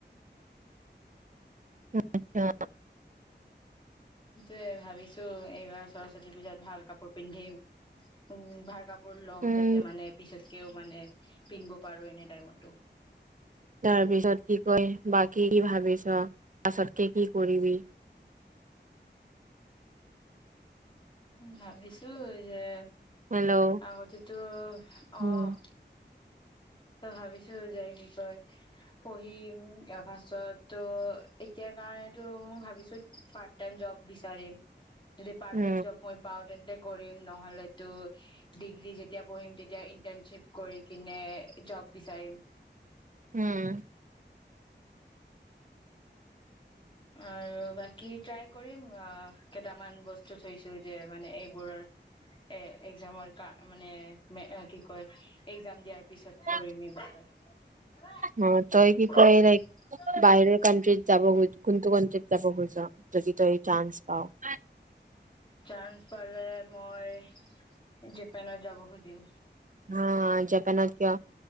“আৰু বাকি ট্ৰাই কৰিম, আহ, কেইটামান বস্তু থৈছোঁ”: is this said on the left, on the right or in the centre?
Left